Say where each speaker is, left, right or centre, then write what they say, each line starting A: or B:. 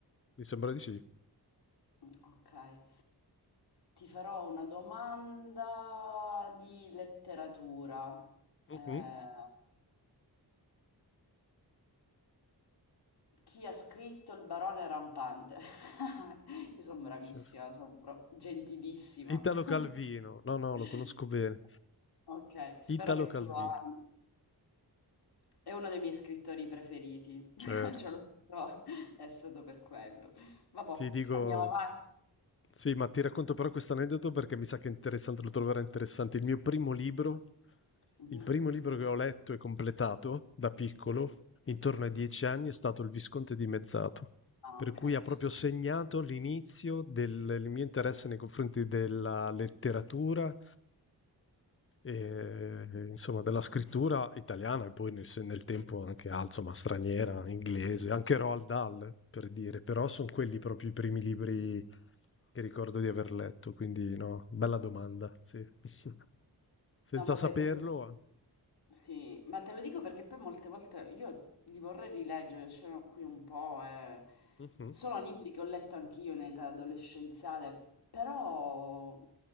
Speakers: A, on the left (about 30°); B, on the left (about 65°).
A: Mi sembra di sì.
B: Mh, okay. Ti farò una domanda di letteratura.
A: Mhm.
B: Ehm, chi ha scritto Il barone rampante? <laughs> Io son bravissima,
A: Yes.
B: son pro gentilissima.
A: Italo
B: <laughs>
A: Calvino, no, no, lo conosco bene.
B: Okay, spero
A: Italo
B: che
A: Calvino,
B: tu lo ami. È uno dei miei scrittori preferiti. <laughs>
A: certo.
B: Ce l'ho scritto è stato per quello. Vabbò,
A: Ti dico,
B: andiamo avanti.
A: Sì, ma ti racconto però questo aneddoto perché mi sa che è interessante, lo troverai interessante. Il mio primo libro,
B: Mh-mh.
A: il primo libro che ho letto e completato da piccolo, intorno ai dieci anni, è stato Il Visconte di Mezzato,
B: Ah,
A: per
B: ok,
A: cui
B: che
A: ha proprio
B: so.
A: segnato l'inizio del, del mio interesse nei confronti della letteratura e, insomma, della scrittura italiana e poi nel, se- nel tempo anche al- insomma, straniera, inglese, anche Roald Dahl, per dire, però sono quelli proprio i primi libri che ricordo di aver letto, quindi no, bella domanda, sì. <laughs> Senza
B: No, vabbè,
A: saperlo.
B: te lo dico. Sì, ma te lo dico perché poi molte volte io li vorrei rileggere, c'erano qui un po', e...
A: Mhm.
B: sono libri che ho letto anch'io in età adolescenziale, però